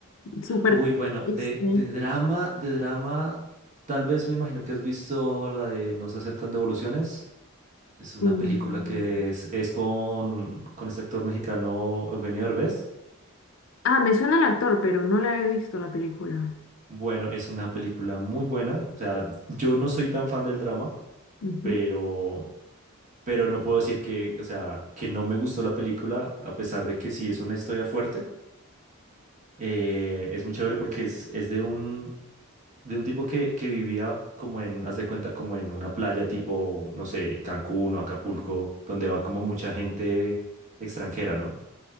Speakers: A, on the left; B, on the right.
A: Súper,
B: Uy, bueno,
A: este,
B: de, de drama, de drama, tal vez me imagino que has visto la de No se aceptan devoluciones. Es una
A: mm,
B: película que es, es con, con este actor mexicano Eugenio Derbez.
A: ah, me suena el actor, pero no la he visto la película.
B: Bueno, es una película muy buena. O sea, yo no soy tan fan del drama,
A: Ujú,
B: pero, pero no puedo decir que, o sea, que no me gustó la película, a pesar de que sí es una historia fuerte. Eh, es muy chévere porque es, es de un, de un tipo que, que vivía como en, haz de cuenta, como en una playa tipo, no sé, Cancún o Acapulco, donde va como mucha gente extranjera, ¿no?